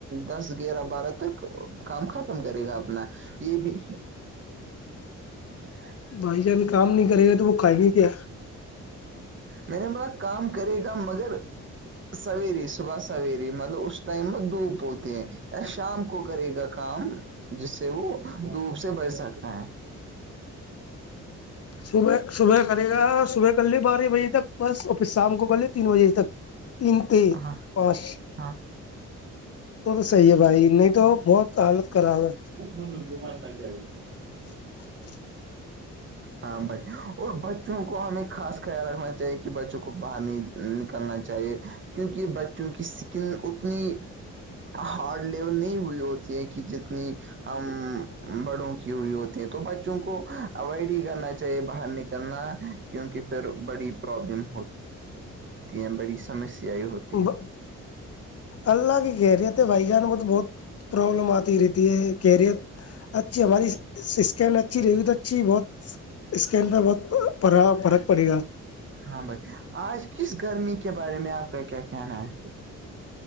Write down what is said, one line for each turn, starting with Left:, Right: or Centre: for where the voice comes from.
Right: دس گیارہ بارہ تک کام ختم کرے گا اپنا یہ بھی <inaudible>
Left: بھائی جان کام نہیں کرے گا تو وہ کھائیں گے کیا
Right: میں نے بولا کام کرے گا مگر سویرے سے صبح سویر مطلب اس ٹائم وہ دھوپ ہوتے ہیں یا شام کو کرے کا کام جس سے وہ دھوپ سے بچ سکتا ہے
Left: صبح صبح کرے گا صبح کر لے بارہ بجے تک بس اور پھر شام کو کر لے تین بجے تک تین ت
Right: ہاں
Left: پانچ
Right: ہاں
Left: تو تو صحیح ہے بھائی نہیں تو بہت تمت کراوا
Right: وہ ب گومات ج <unintelligible>
Left: <inaudible>
Right: ہاں بھائی اور بچوں کو ہمیں خاص خیال رکھنا چاہیے کہ بچوں کو باہر نہیں نکلنا چاہیے کیونکہ بچ کیونکہ سکن اتنی ہارڈ لیول نہیں ہوئی ہوتی ہے کہ جتنی ہم بڑوں کی ہوئی ہوتی ہیں تو بچوں کو اوائڈ کرنا چاہیے باہر نکلنا کیونکہ پھر بڑی پرابلم ہوتی ہوتی ہیں بڑی سمسیا ہوتی
Left: ہے
Right: ہیں
Left: اللہ کی کہہ رہی ہے تھ بھائی جان کو تو بہت پروبلم آتی رہیتی ہے کیریر اچھی ہماری سکین اچھی رییوت اچھی بہت اسکین پہ بہت پڑا فرق پڑے گا
Right: ہاں بھائی آج کس گرمی کے بارے میں آپ کا کیا کہنا ہے